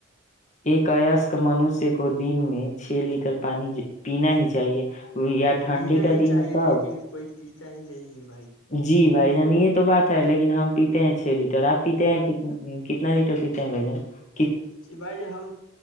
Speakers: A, on the left; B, on the left.
A: ایک ایسک منوشیہ کو دن میں چھ لیٹر پانی پینا ہی چاہیے <unintelligible> ٹھنڈی
B: پینا
A: کا
B: ہی
A: دن
B: چاہیے
A: ہے تب
B: لیکن کوئی <unintelligible> پیتا ہی نہیں ہے <unintelligible>
A: جی بھائی جانیے <unintelligible> تو بات ہے لیکن ہم پیتے ہیں چھ لیٹر آپ پیتے ہیں کتنا لیٹر پیتے ہیں بھ جن <unintelligible>
B: ج بھائی ج ہم